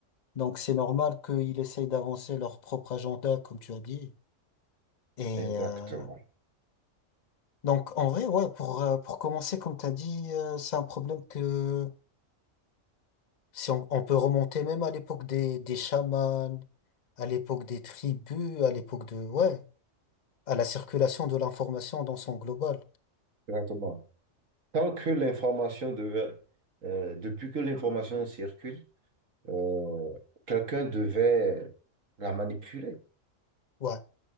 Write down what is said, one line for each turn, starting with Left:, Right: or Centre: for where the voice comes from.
Left: Donc c'est normal qu'ils essayent d'avancer leur propre agenda, comme tu as dit. Et
Right: Exactement.
Left: euh, donc en vrai, ouais, pour euh, pour commencer, comme tu as dit, euh, c'est un problème que si on, on peut remonter même à l'époque des des chamans, à l'époque des tribus, à l'époque de ouais, à la circulation de l'information dans son global.
Right: Exactement. Tant que l'information devait, euh, depuis que l'information circule, euh, quelqu'un devait la manipuler.
Left: Ouais,